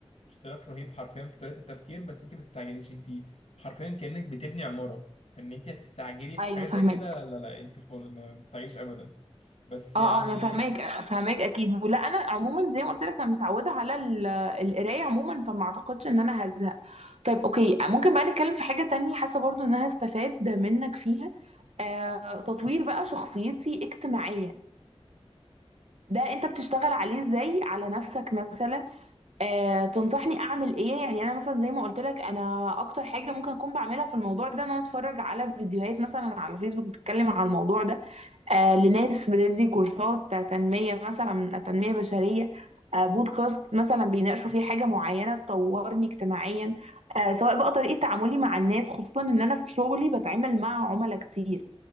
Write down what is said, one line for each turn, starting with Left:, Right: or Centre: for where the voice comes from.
Left: اختلاف رهيب حرفيا في طريقة التفكير بس انت ما بتستعجليش انت حرفيا كأنك بتبني عمارة فان انت هتستعجلي في
Right: ايوه
Left: حاجة
Right: فاهمك
Left: زي كده لا لا انسي خالص ما بتستعجليش ابدا بس
Right: اه
Left: يعني
Right: اه انا فاهماك فاهماك اكيد ولا انا عموما زي ما قلت لك انا متعوده على ال- القرايه عموما فما اعتقدش ان انا هزهق طيب اوكي ممكن بقى نتكلم في حاجه تانية حاسه برضو ان انا هستفاد منك فيها آه، تطوير بقى شخصيتي اجتماعيا ده انت بتشتغل عليه ازاي على نفسك مثلا آه تنصحني اعمل ايه يعني انا مثلا زي ما قلت لك انا اكتر حاجه ممكن اكون بعملها في الموضوع ده ان انا اتفرج على فيديوهات مثلا على فيسبوك بتتكلم على الموضوع ده آه لناس بتدي كورسات تنميه مثلا تنميه بشريه آه بودكاست مثلا بيناقشوا فيه حاجه معينه تطورني اجتماعيا آه سواء بقى طريقه تعاملي مع الناس خصوصا ان انا في شغلي بتعامل مع عملاء كتير